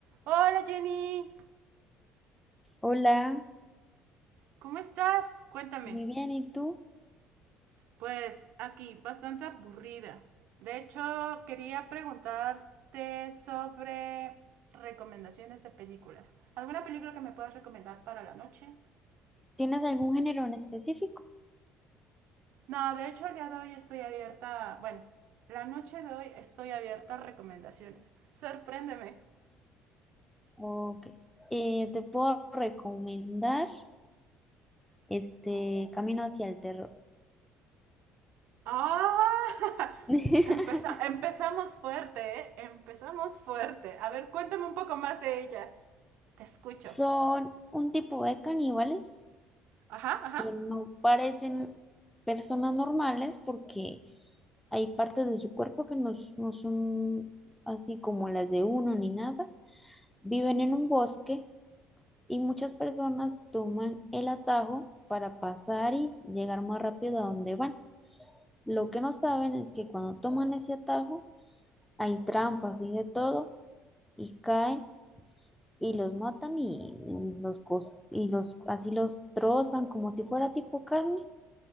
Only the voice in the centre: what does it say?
Hola,
muy bien. ¿Y tú?
¿Tienes algún género en específico?
Ok. Eh, te puedo recomendar este Camino hacia el terror.
<laughs>
Son un tipo de caníbales
que no parecen personas normales porque hay partes de su cuerpo que no, s- no son así como las de uno ni nada. Viven en un bosque y muchas personas toman el atajo para pasar y llegar más rápido a donde van. Lo que no saben es que cuando toman ese atajo hay trampas y de todo y caen y los matan y, y los co- y los así los trozan como si fuera tipo carne